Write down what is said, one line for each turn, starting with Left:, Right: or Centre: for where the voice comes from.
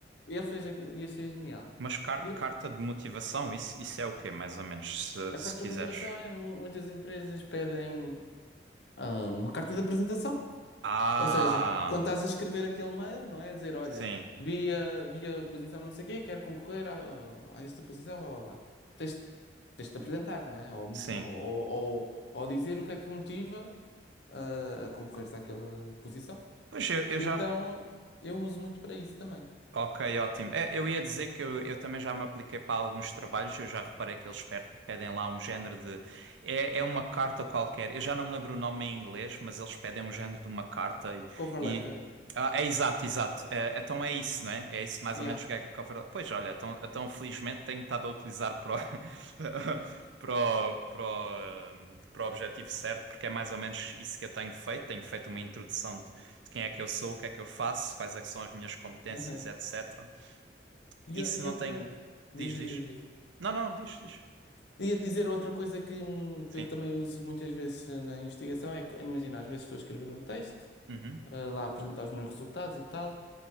Left: Ele fez aquilo e achei genial.
Right: Mas car-
Left: E a
Right: carta de motivação, isso, isso é o quê, mais ou menos, se,
Left: a
Right: se
Left: carta
Right: quiseres?
Left: de motivação é mu- muitas empresas pedem ah, uma carta de apresentação.
Right: Ah!
Left: Ou seja, quando estás a escrever aquele mail, não é? A dizer, olha,
Right: Sim,
Left: vi a, vi a posição não sei quê, quero concorrer a, a esta posição, blá blá blá. Tens, tens de te apresentar, não é? Ou, mo-
Right: sim.
Left: ou, ou, ou dizer o que é que te motiva ah, a concorreres àquela posição.
Right: Pois eu, eu
Left: E
Right: já.
Left: então eu uso muito para isso também.
Right: Ok, ótimo. É, eu ia dizer que eu, eu também já me apliquei para alguns trabalhos, eu já reparei que eles per- pedem lá um género de. É, é uma carta qualquer, eu já não me lembro o nome em inglês, mas eles pedem um género de uma carta e,
Left: Cover
Right: e
Left: letter.
Right: ah, é exato, exato. É, então é isso, não é? É isso mais
Left: Yeah.
Right: ou menos o que é que a Cover. Pois olha, então, então felizmente tenho estado a utilizar para o, <laughs> para o, para o, hum, para o objetivo certo, porque é mais ou menos isso que eu tenho feito. Tenho feito uma introdução de, de quem é que eu sou, o que é que eu faço, quais é que são as minhas competências,
Left: Aham.
Right: etc.
Left: E,
Right: Isso
Left: o- e
Right: não
Left: outra.
Right: tem. Diz,
Left: Diz, diz,
Right: diz?
Left: diz. diz.
Right: Não, não, diz, diz.
Left: Ia dizer outra coisa que, hum,
Right: Sim.
Left: que eu também uso muitas vezes na investigação é que, imagina, às vezes estou a escrever um texto,
Right: Uhum,
Left: ah, lá a apresentar os meus resultados e tal,